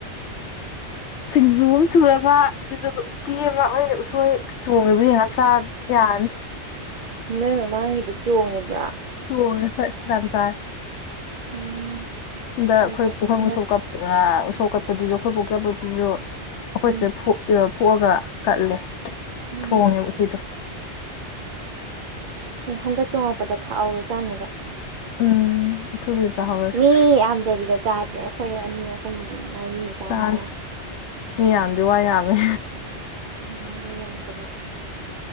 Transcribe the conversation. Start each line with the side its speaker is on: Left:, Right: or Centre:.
Left: ꯁꯤꯡꯖꯨ ꯑꯃ ꯁꯨꯔꯒ ꯑꯗꯨꯗꯨꯒ ꯎꯇꯤ ꯑꯃ ꯑꯣꯏꯔꯦ ꯎꯠꯁꯣꯏ ꯆꯣꯡꯉꯦꯕ ꯌꯦꯡ ꯁꯥ ꯊꯟ
Right: ꯅꯣꯏ ꯃꯃꯥꯡꯒꯤꯗ ꯆꯣꯡꯉꯦꯕ꯭ꯔꯥ
Left: ꯇ ꯍꯣꯏꯁ ꯐ ꯔꯝꯖꯥ
Right: ꯎꯝ
Left: ꯑꯗꯥ ꯑꯩꯈꯣꯏ
Right: ꯅꯣꯏꯗꯤ
Left: ꯄꯨꯈ
Right: ꯍꯟꯗꯛ
Left: ꯁ ꯀ ꯁꯧꯀꯠꯄ ꯗꯨꯖꯣ ꯈꯣꯏꯕꯣꯛꯀꯕꯨꯗꯨꯖꯣ ꯑꯩꯈꯣꯏ
Right: ꯎꯝ
Left: ꯁꯤꯗ ꯊꯣꯛꯑꯒ ꯀꯠꯂꯦ
Right: ꯎꯝ
Left: ꯊꯣꯡꯅꯦ ꯎꯨꯇꯤ
Right: ꯍꯟꯗꯛ ꯆꯣꯉꯛꯄꯗ ꯈꯥꯛꯍꯧꯔꯣ ꯆꯥꯅꯕ
Left: ꯎꯝ ꯑꯊꯨꯕꯤꯗ ꯆꯥꯍꯧꯔꯁꯤ
Right: ꯃꯤ ꯌꯥꯝꯗꯕꯤꯗ ꯆꯥꯁꯦ ꯑꯩꯈꯣꯏ ꯑꯅꯤ ꯑꯍꯨꯝ ꯃꯔꯤ ꯁꯥꯔꯨꯛꯇ
Left: ꯆꯥꯁꯤ ꯃꯤ ꯌꯥꯝꯗꯤ ꯋꯥ ꯌꯥꯝꯃꯦ
Right: ꯎꯝ ꯃꯤ ꯌꯥꯝꯗꯕꯤꯗ